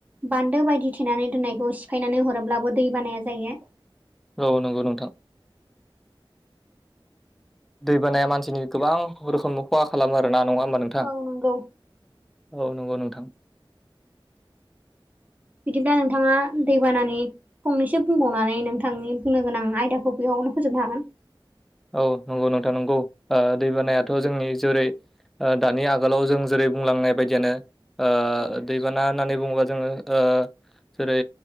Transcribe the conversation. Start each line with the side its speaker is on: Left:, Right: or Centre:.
Right: बान्दो बायदि थेनानै दोननायखौ सिफायनानै हरोब्लाबो दै बानाया जायो।
Centre: औ नंगौ नोंथां दै बानाया मानसिनि गोबां रोखोम खहा खालामो आरो ना नङा मोन
Right: औ नंगौ
Centre: औ नंगौ नोंथां
Right: बिदिबा नोंथाङा दैबानानि फंनैसो बुंबावनानै नोंथांनि बुंनो गोनां आयदाखौ बेयावनो फोजोबनो हागोन
Centre: औ नंगौ नोंथा नंगौ दैबानायाथ' जोंनि जेरै दानि आगोलाव जों जेरै बुंलांनाय बायदियानो दै
Right: औ
Centre: बिबाना होननानै बुङोबा जोङो जेरै